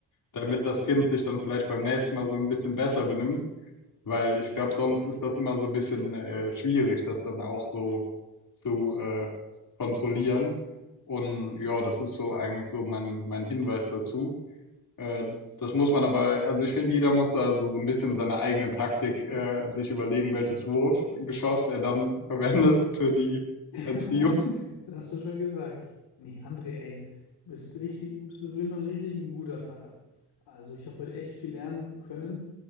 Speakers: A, on the left; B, on the left.
A: damit das Kind sich dann vielleicht beim nächsten Mal so ein bisschen besser benimmt. Weil ich glaube, sonst ist das immer so ein bisschen äh, schwierig, das dann auch so zu äh, kontrollieren. Und ja, das ist so eigentlich so mein, mein Hinweis dazu. Äh, das muss man aber, also ich finde, jeder muss da so, so ein bisschen seine eigene Taktik äh, sich überlegen, welches Wurfgeschoss er dann <laughs> verwendet für die
B: <laughs>
A: Erziehung.
B: Also, Das hast du schön gesagt. Nee, André, ey, du bist richtig, du bist auf jeden Fall ein richtig ein guter Vater. Also, ich habe heute echt viel lernen können.